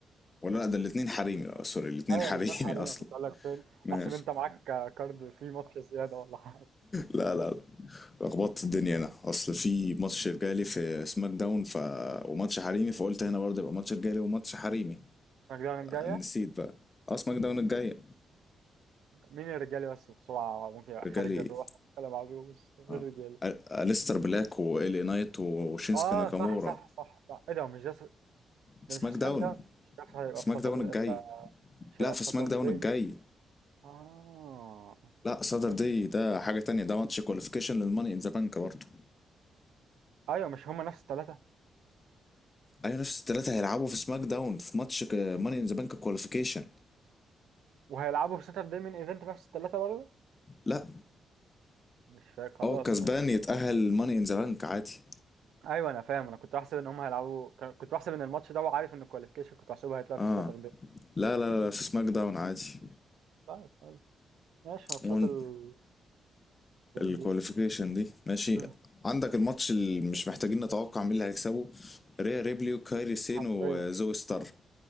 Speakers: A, on the left; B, on the right.
A: ولا
B: ماشي
A: لا ده الاتنين حريمي اه سوري الاتنين
B: ايوه
A: حريمي
B: الاثنين حاليا
A: <laughs> اصلا
B: كنت اقول لك فين
A: ماشي
B: بحسب انت معاك كارد في ماتش زياده ولا حاجه
A: لا لا لا لخبطت الدنيا انا اصل في ماتش رجالي في سماك داون ف... وماتش حريمي فقلت هنا برضه يبقى ماتش رجالي وماتش حريمي
B: اسمك الجايه
A: آه، نسيت بقى اه سماك داون الجاية
B: مين الرجالي بس بسرعة ممكن يبقى
A: رجالي
B: خارج
A: ايه؟
B: الروح ولا معروف بس غير
A: اه
B: الرجالي
A: أل- أليستر بلاك وال اي نايت وشينسكي
B: اه
A: ناكامورا
B: صح صح صح صح ايه ده مش ده س-
A: سماك
B: ده مش سماك
A: داون
B: ده مش عارف هيبقى
A: سماك
B: في ساتر
A: داون الجاي
B: ف- مش
A: لا
B: هيبقى
A: في
B: في ساتر
A: سماك داون
B: داي
A: الجاي
B: اه
A: لا صدر
B: طب حلو
A: دي ده حاجة تانية ده ماتش كواليفيكيشن للماني ان ذا بانك برضه
B: ايوه مش هما نفس التلاتة
A: ايوه نفس الثلاثه هيلعبوا في سماك داون في ماتش ماني ان ذا بانك كواليفيكيشن
B: وهيلعبوا في ساتر داي من ايفنت نفس التلاتة برضه
A: لا
B: مش فا- خلاص
A: هو الكسبان
B: ماشي
A: يتأهل ماني ان ذا بانك عادي
B: ايوه انا فاهم انا كنت بحسب ان هما هيلعبوا كان- كنت بحسب ان الماتش ده وعارف ان الكواليفيكيشن كنت بحسبه هيتلعب
A: اه
B: في الساتر داي
A: لا لا لا في سماك داون عادي
B: طيب طيب ماشي ماتشات
A: وان
B: العظيم
A: الكواليفيكيشن
B: دي
A: دي ماشي
B: مم.
A: عندك الماتش اللي مش محتاجين نتوقع مين اللي هيكسبه ريا ريبلي وكايري سين
B: حرفيا
A: وزوي ستارك